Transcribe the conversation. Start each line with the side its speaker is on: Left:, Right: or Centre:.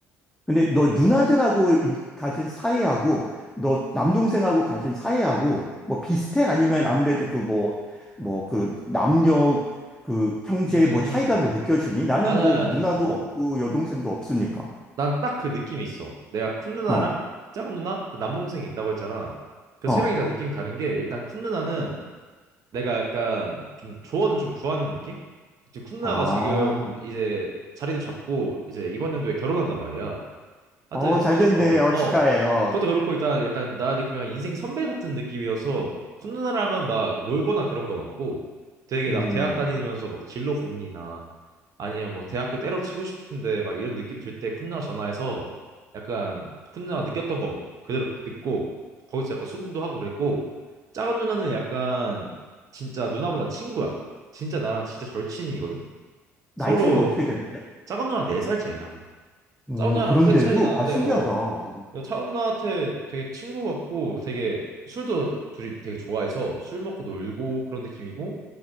Centre: 근데 너 누나들하고 인- 가진 사이하고 너 남동생하고 가진 사이하고 뭐 비슷해? 아니면 아무래도 그 뭐 뭐 그 남녀 그 형제
Right: 음.
Centre: 뭐 차이가 뭐 느껴지니? 나는
Right: 나는
Centre: 뭐 누나도
Right: 어,
Centre: 없고 여동생도 없으니까.
Right: 난 딱 그 느낌이 있어. 내가 큰 누나랑
Centre: 어.
Right: 작은 누나, 그 남동생이 있다고 했잖아. 그
Centre: 어.
Right: 세 명이 다 느낌이 다른 게 일단 큰 누나는 내가 약간 좀 조언을 좀 구하는 느낌? 지금 쿤나가
Centre: 아.
Right: 지금 이제 자리도 잡고 이제 이번 연도에 결혼한단 말이야. 하여튼
Centre: 어, 잘
Right: 그것도
Centre: 됐네.
Right: 어,
Centre: 어,
Right: 어.
Centre: 축하해. 어.
Right: 그것도 그렇고 일단 약간 나 느낌이 약간 인생 선배 같은 느낌이어서 쿤누나랑은 막 놀거나 그런 건 없고 되게
Centre: 음.
Right: 나 대학 다니면서 막 진로 고민이나 아니면 뭐 대학교 때려치고 싶은데 막 이런 느낌 들 때 쿤누나 전화해서 약간 쿤누나가 느꼈던 거 그대로 듣고 거기서 약간 수긍도 하고 그랬고 작은 누나는 약간 진짜 누나보단 친구야. 진짜 나랑 진짜 절친이거든.
Centre: 나이
Right: 서로
Centre: 차이가 어떻게 되는데?
Right: 작은 누나 4살 차이나.
Centre: 오,
Right: 작은 누나랑
Centre: 그런데도
Right: 꽤 차이가 나는데
Centre: 와 신기하다.
Right: 어
Centre: 오.
Right: 차은 나한테 되게 친구 같고 되게 술도 둘이 되게 좋아해서 술 먹고 놀고 그런 느낌이고